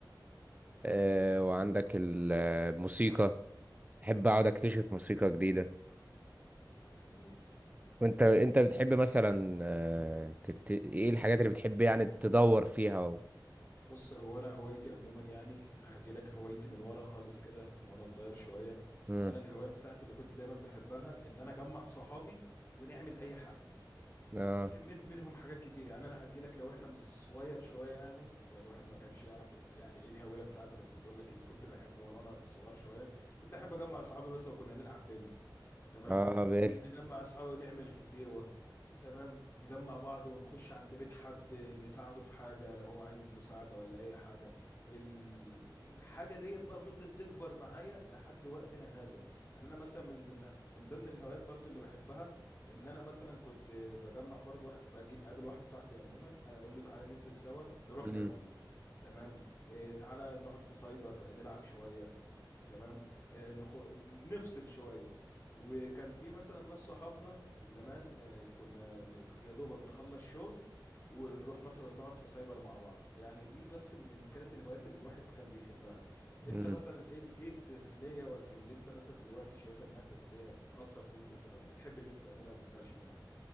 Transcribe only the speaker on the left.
كويس
اه جميل
بص هو انا هوايتي عموما يعني هجيلك هوايتي من ورا خالص كده من وانا صغير شويه
انا الهوايه بتاعتي اللي كنت دايما بحبها ان انا اجمع صحابي ونعمل اي حاجه
من منهم حاجات كتير يعني انا هجي لك لو احنا مش صغير شويه يعني الواحد ما كانش يعرف يعني ايه الهويه بتاعته بس بقول لك اللي كنت بحبه وانا وانا صغير شويه كنت احب اجمع اصحابي بس وكنا نلعب بالي تمام
آه، نجمع اصحابي ونعمل غديوه تمام نجمع بعض ونخش عند بيت حد آه، نساعده في حاجه لو هو عايز مساعده ولا اي حاجه ال- الحاجه ديت بقى فضلت تكبر معايا لحد وقتنا هذا يعني انا مثلا من ضمن من ضمن الهوايات برضو اللي بحبها ان انا مثلا كنت آه، بجمع برضو واحد- باجي قابل واحد صاحبي عموما انا اقول له تعالى ننزل سوا نروح
ناكل تمام آه، تعالى نقعد في سايبر نلعب شويه تمام آه، نخو... نفصل شوية وكان في مثلا ناس صحابنا زمان آه، كنا ن- يا دوبك نخلص شغل ونروح مثلا نقعد في سايبر مع بعض يعني دي بس من كانت الهوايات اللي الواحد كان بيحبها
انت مثلا ايه ال- ايه التسلية اللي انت مثلا دلوقتي شايفها انها تسلية بتأثر فيك مثلا او بتحب ان انت تعملها وما تزهقش منها